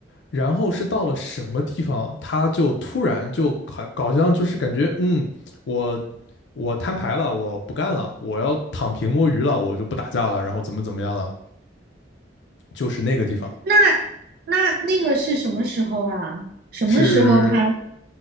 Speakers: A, on the left; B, on the right.
A: 然后是到了什么地方，他就突然就好像就是感觉，嗯，我我摊牌了，我不干了，我要躺平摸鱼了，我就不打架了，然后怎么怎么样了？就是那个地方，
B: 那那那个是什么时候啊？什么时候他？
A: 是